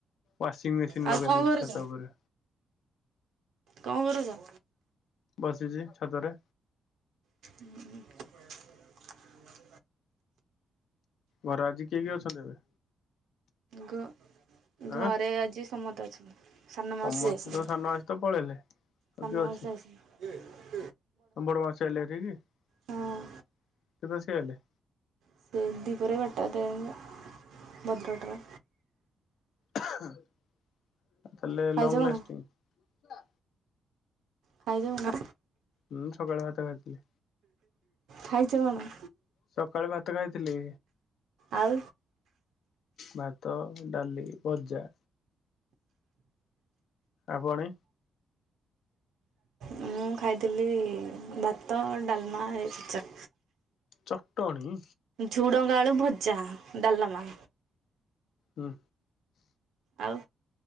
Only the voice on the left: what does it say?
ୱାସିଂ ମେସିନ
ଲଗେଇ
ଦେଇେଇଛି
ଛାତ ଉପରେ।
ବସିଚି ଛାତରେ।
ଘରେ ଆଜି କିଏ କିଏ ଅଛନ୍ତି ଏବେ।
ଆଁ
ସମସ୍ତେ
ତ ସାନ ମାଉସୀ ତ ପଳେଇଲେ ଆଉ
କିଏ
ଅଛି
ତମ ବଡ଼ ମାଉସି ଆଇଲେ ହେଠିକି କେତଳେ
ସେ ଆଇଲେ।
ତାହଲେ
ଲଂଗ
ଲାଷ୍ଟିଙ୍ଗ।
ହୁଁ ସକାଳେ ଭାତ ଖାଇଥିଲି।
ସକାଳେ ଭାତ ଖାଇଥିଲି।
ଭାତ ଡାଲି ଭଜା। ଆପଣେ?
ଚଟଣି?
ହୁଁ।